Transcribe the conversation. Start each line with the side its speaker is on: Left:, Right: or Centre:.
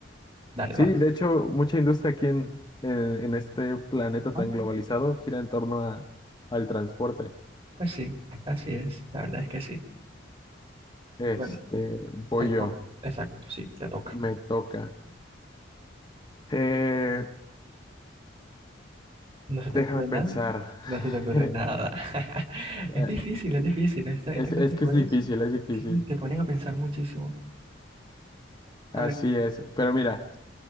Right: dale,
Left: Sí,
Right: vas.
Left: de hecho, mucha industria aquí en, en, en este planeta
Right: Ah,
Left: tan globalizado gira en torno a, al transporte.
Right: pues sí, así es, la verdad es que sí.
Left: Este,
Right: Bueno,
Left: voy
Right: te toca,
Left: yo,
Right: exacto, sí, te toca.
Left: me toca. Eh,
Right: ¿No se
Left: déjame
Right: te ocurre
Left: pensar.
Right: nada? No se te ocurre
Left: <laughs>
Right: nada. <laughs>
Left: Eh,
Right: Es difícil, es difícil. Esta,
Left: Es,
Right: esta clase
Left: es
Right: de
Left: que
Right: juegos
Left: es difícil, es difícil.
Right: sí te ponen a pensar muchísimo. A
Left: Así
Right: ver,
Left: es. Pero mira,